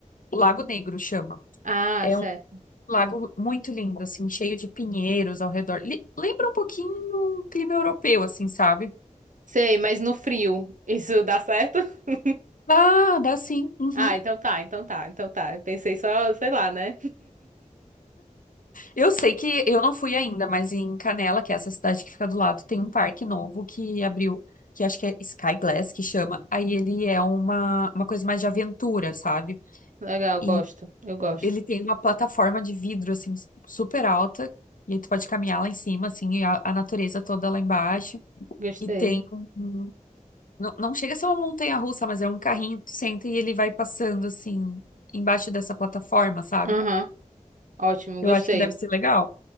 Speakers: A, on the left (about 80°); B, on the right (about 70°).
A: o Lago Negro chama.
B: Ah,
A: É
B: certo.
A: um lago muito lindo, assim, cheio de pinheiros ao redor. Li- lembra um pouquinho o clima europeu, assim, sabe?
B: Sei, mas no frio, isso dá certo? <laughs>
A: Ah, dá sim. Uhum.
B: Ah, então tá, então tá, então tá. Eu pensei só, sei lá, né?
A: Eu sei que eu não fui ainda, mas em Canela, que é essa cidade que fica do lado, tem um parque novo que abriu, que acho que é Sky Glass que chama. Aí ele é uma, uma coisa mais de aventura, sabe?
B: Legal,
A: E
B: gosto, eu gosto.
A: ele tem uma plataforma de vidro, assim, super alta. E aí tu pode caminhar lá em cima, assim, e a, a natureza toda lá embaixo.
B: Gostei.
A: E tem um. um- Não, não chega a ser uma montanha-russa, mas é um carrinho que tu senta e ele vai passando, assim, embaixo dessa plataforma, sabe?
B: Aham, ótimo,
A: Eu
B: gostei.
A: acho que deve ser legal.